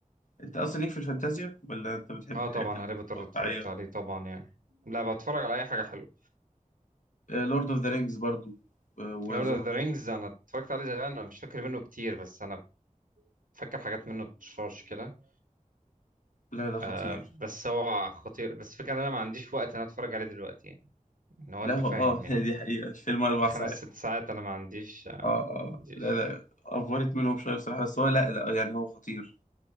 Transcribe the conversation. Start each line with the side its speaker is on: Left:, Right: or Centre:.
Left: انت اصلا ليك في الفانتازيا ولا انت بتحب
Right: اه
Left: الحاجات
Right: طبعا هاري بوتر
Left: الواقعيه
Right: اتفرجت عليه طبعا يعني لا بتفرج على اي حاجه حلوه
Left: لورد اوف ذا رينجز برضو آه، وذا
Right: لورد اوف
Left: هوبيت
Right: ذا رينجز انا اتفرجت عليه زمان انا مش فاكر منه كتير بس انا فاكر حاجات منه بتشاش كده
Left: لا ده خطير
Right: آه، بس هو خطير بس فكرة ان انا ما عنديش وقت ان انا اتفرج عليه دلوقتي يعني ان هو
Left: لا
Right: انت
Left: هو-
Right: فاهم
Left: اه
Right: يعني
Left: <laughs> دي حقيقه الفيلم اربع
Right: خمس
Left: ساعات
Right: ست ساعات انا ما عنديش آه،
Left: اه اه
Right: ما عنديش
Left: لا لا افورت منهم شويه بصراحه بس هو لا لا يعني هو خطير